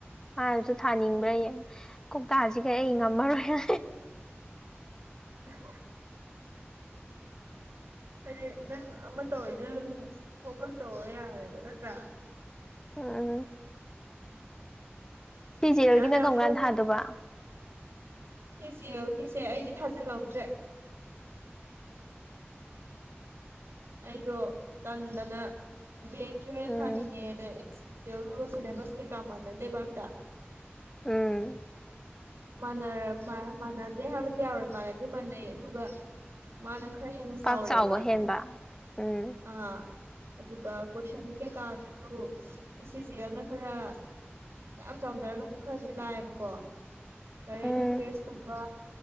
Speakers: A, on the left; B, on the right.
A: ꯃꯥꯅꯖꯨ ꯊꯥꯅꯤꯡꯕ꯭ꯔꯥꯌꯦ
B: ꯎꯝ
A: ꯀꯣꯛꯇꯥꯖꯤꯒ ꯑꯩ
B: ꯎꯝ
A: ꯉꯝꯃꯔꯣꯏꯅ
B: <unintelligible> ꯍꯥꯏꯗꯤ ꯅꯪ ꯑꯃꯥ ꯇꯧꯔꯤꯗ ꯑꯗꯨꯝ ꯐꯣꯀꯁ ꯇꯧꯔ ꯌꯥꯔꯦꯕ ꯅꯠꯇ꯭ꯔꯥ
A: ꯑ ꯁꯤ ꯖꯤ
B: ꯃꯌꯥꯝ
A: ꯑꯦꯜꯒꯤꯅ
B: ꯃꯌꯥꯝ
A: ꯀꯝꯀꯥꯟ
B: ꯂꯣꯛ
A: ꯊꯥꯗꯨꯕ
B: ꯁꯤ ꯖꯤ ꯑꯦꯜꯒꯤꯁꯦ ꯑꯩꯗꯤ ꯊꯥꯖꯜꯍꯧꯗ꯭ꯔꯦ ꯑꯩꯗꯣ ꯇꯟꯗꯅ ꯕꯦꯡꯀꯤ ꯑꯣꯏꯅ
A: ꯎꯝ
B: ꯊꯥꯅꯤꯡꯉꯦꯅꯦ ꯒꯦꯜꯗꯨꯒ ꯁꯤꯂꯦꯕꯁ ꯀꯩꯀꯥ ꯃꯥꯟꯅꯗꯦꯕ ꯑꯝꯇ
A: ꯎꯝ
B: ꯃꯥꯟꯅꯔ ꯃ ꯃꯥꯟꯅꯗꯦ ꯍꯥꯏꯕꯗꯤ ꯌꯥꯔꯣꯏ ꯃꯥꯟꯅꯗꯤ ꯃꯥꯟꯅꯩ ꯑꯗꯨꯒ ꯃꯥꯅ ꯈꯔ ꯍꯦꯟꯅ ꯆꯥꯎꯔꯛꯑꯦꯕ
A: ꯄꯥꯛ ꯆꯥꯎꯕ ꯍꯦꯟꯕ ꯎꯝ
B: ꯑꯥ ꯑꯗꯨꯒ ꯀꯣꯏꯁꯟ ꯀꯩꯀꯥ ꯗꯨꯖꯨ ꯁꯤ ꯖꯤ ꯑꯦꯜꯅ ꯈꯔ ꯃꯌꯥꯝ ꯆꯥꯎꯅꯔꯒꯖꯨ ꯈꯔꯗꯤ ꯂꯥꯏꯕꯀꯣ ꯀꯔꯦꯟ
A: ꯎꯝ
B: ꯑꯦꯐ꯭ꯌꯔꯁꯀꯨꯝꯕ